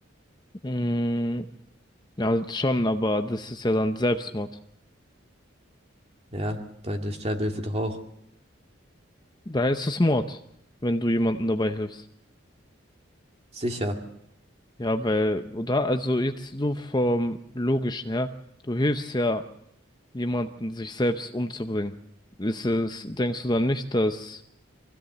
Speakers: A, on the left (about 20°); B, on the right (about 30°).
A: Mm, ja, schon, aber das ist ja dann Selbstmord.
B: Ja, bei der Sterbehilfe doch auch.
A: Da ist es Mord, wenn du jemandem dabei hilfst.
B: Sicher.
A: Ja, weil, oder? Also jetzt so vom Logischen her, du hilfst ja jemanden, sich selbst umzubringen. Ist es, denkst du dann nicht, dass